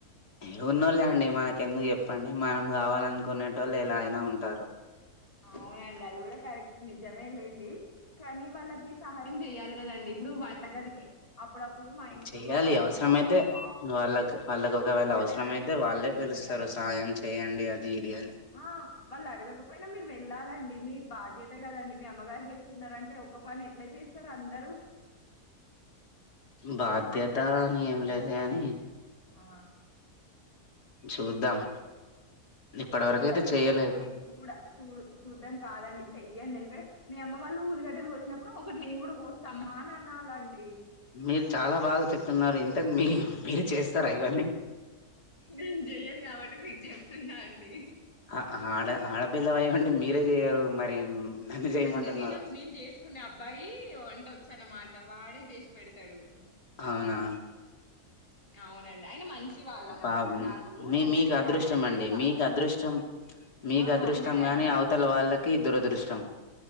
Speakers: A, on the left; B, on the left.
A: ఏవి ఉన్నా లేండి మనకెందుకు చెప్పండి మనం కావాలనుకునే వాళ్ళు ఎలా అయినా ఉంటారు
B: అవునండి అది కూడా కరెక్టే నిజ మే లేండి కానీ వాళ్ళ సహాయం చేయాలి కదండి ఎప్పుడు వంటగదికి అప్పుడప్పుడు మా ఇంట్లో
A: చెయ్యాలి
B: మా తమ్ముడు
A: అవసరమైతే
B: వస్తాడు
A: వాళ్ళకు వాళ్ళకి ఒకవేళ
B: ఉల్లిగడ్డ
A: అవసరం
B: కట్
A: అయితే
B: చేస్తాడు
A: వాళ్ళే
B: ఉల్లిగడ్డ
A: పిలుస్తారు
B: కట్ చేస్తాడు
A: సహాయం చేయండి అది ఇది అని
B: ఆ వాళ్ళు అడగకపో మీరు వెళ్ళాలండి మీ బాధ్యత కదండి మీ అమ్మగారు చేస్తున్నారు అంటే ఒక్క పని ఎట్లా చేస్తారు అందరూ
A: బాధ్యత
B: అంత పని.
A: అని ఏం
B: అంత
A: లేదు
B: పని
A: గాని
B: మీరే ఆ
A: చూద్దాం ఇప్పటి
B: చూద్దాం
A: వరకు అయితే చెయ్యలేదు
B: కాదండి చూడ చూ చూద్దాం కాదండి చెయ్యండి అంటే మీ అమ్మ వాళ్ళు ఉల్లిగడ్డలు కోసినప్పుడు ఒకటి నేను కూడా కోస్తా అమ్మా అని అనాలండి
A: మీరు చాలా బాగా చెప్తున్నారు ఇంత మీ మీరు చేస్తారా ఇవన్నీ
B: నేను జెయ్యను కాబట్టి మీరు జెయ్యండి స్తున్నా అండి
A: ఆ ఆడ ఆడపిల్ల వై మీరే చేయరు మరి నన్ను చేయమంటున్నారు
B: అంటే నేను నేను చేసుకునే అబ్బాయి వంట వచ్చు అన్నమాట వాడే చేసి పెడతాడు
A: అవునా
B: అవునండి ఆయన మంచి మంచి వాళ్ళనమాట
A: పాపం
B: నాకు
A: మీ
B: అందుకే
A: మీకు అదృష్టం
B: ఆయనే చేస్తా
A: అండి మీకు
B: అన్నాడు
A: అదృష్టం మీకు
B: ఆ
A: అదృష్టం
B: అందుకండి
A: గాని అవతల వాళ్ళకి దురదృష్టం